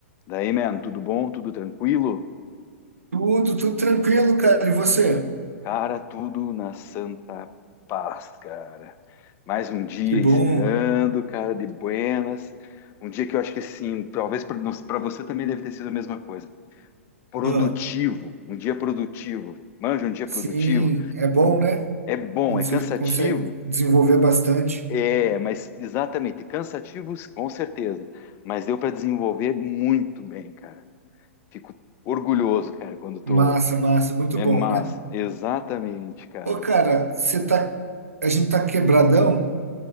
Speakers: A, on the left; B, on the right.
A: Daí, man, tudo bom? Tudo tranquilo?
B: Tudo, tudo tranquilo, cara. E você?
A: Cara, tudo na santa paz, cara. Mais um dia
B: Que bom.
A: encerrando, cara, de buenas. Um dia que eu acho que, assim, talvez para você também deve ter sido a mesma coisa. Produtivo,
B: Ah,
A: um dia produtivo. Manja, um dia
B: sim,
A: produtivo.
B: é bom, né?
A: É bom,
B: Quando
A: é cansativo?
B: você consegue desenvolver bastante.
A: É, mas exatamente, cansativos, com certeza. Mas deu para desenvolver muito bem, cara. Fico orgulhoso, cara, quando tô.
B: Massa, massa, muito
A: É
B: bom,
A: massa,
B: né?
A: exatamente, cara.
B: Ô, cara, você tá. A gente tá quebradão,